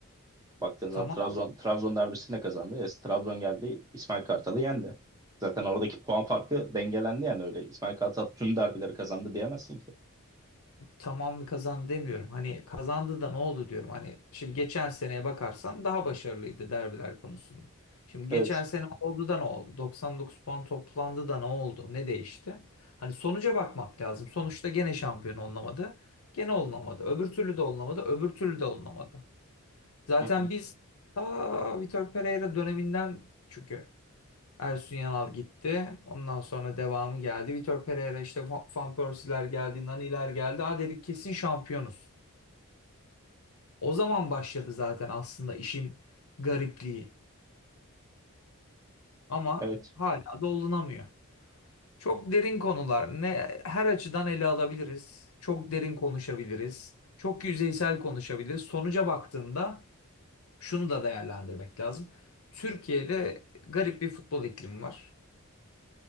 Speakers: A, on the right (about 15°); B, on the left (about 80°).
A: Baktığın zaman
B: tamam
A: Trabzon Trabzon derbisini de kazandı. Ya, Trabzon geldi İsmail Kartal'ı yendi. Zaten oradaki puan farkı dengelendi yani öyle. İsmail Kartal tüm derbileri kazandı diyemezsin ki.
B: tamamını kazandı demiyorum. Hani kazandı da ne oldu diyorum. Hani şimdi geçen seneye bakarsan daha başarılıydı derbiler konusunda. Şimdi geçen
A: Evet.
B: sene oldu da ne oldu? 99 puan toplandı da ne oldu? Ne değişti? Hani sonuca bakmak lazım. Sonuçta gene şampiyon olunamadı. Gene olunamadı. Öbür türlü de olunamadı. Öbür türlü de olunamadı. Zaten
A: <laughs> Hı hı.
B: biz ta Vitor Pereira döneminden çünkü Ersun Yanal gitti. Ondan sonra devamı geldi. Vitor Pereira işte Va- Van Persie'ler geldi, Nani'ler geldi. Ha dedik kesin şampiyonuz. O zaman başladı zaten aslında işin garipliği. Ama
A: Evet.
B: hala dolunamıyor. Çok derin konular. Ne her açıdan ele alabiliriz. Çok derin konuşabiliriz. Çok yüzeysel konuşabiliriz. Sonuca baktığında şunu da değerlendirmek lazım. Türkiye'de garip bir futbol iklimi var.